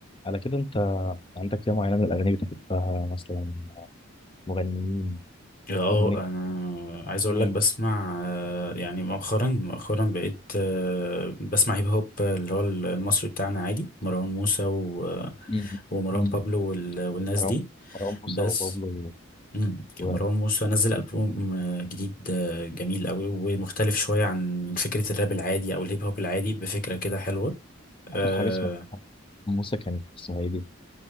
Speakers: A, on the left (about 25°); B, on the left (about 40°).
A: على كده انت عندك فئة معينة من الأغاني بتحبها مثلا مغنيين
B: اه
A: أغنية
B: انا عايز اقول
A: مين؟
B: لك بسمع آه، يعني مؤخرا مؤخرا بقيت آه، بسمع هيب هوب اللي هو المصري بتاعنا عادي مروان موسى و-
A: مم.
B: ومروان
A: مم.
B: بابلو وال- والناس
A: مروان
B: دي
A: مروان موسى
B: بس
A: وبابلو
B: مم،
A: وآخر
B: مروان موسى نزل ألبوم آه، جديد آه، جميل قوي ومختلف شوية عن فكرة الراب العادي او الهيب هوب العادي بفكرة كده حلوة أه
A: حاجة اسمها موسى كانت اسمها ايه دي